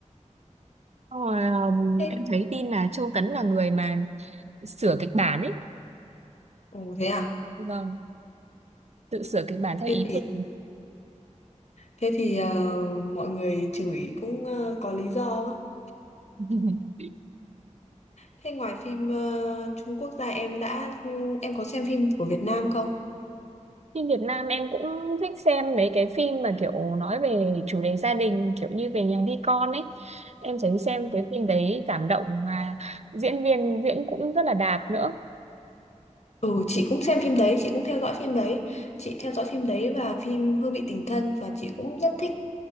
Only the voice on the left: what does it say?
thế
ồ thế à
thế
thì
thế thì ờ, mọi người chửi cũng ờ, có lý do á.
thế ngoài phim ờ, Trung Quốc ra em đã em có xem phim của Việt Nam không
Ừ.
Ừ, chị cũng xem phim đấy, chị cũng theo dõi phim đấy. Chị theo dõi phim đấy và phim Hương vị tình thân và chị cũng rất thích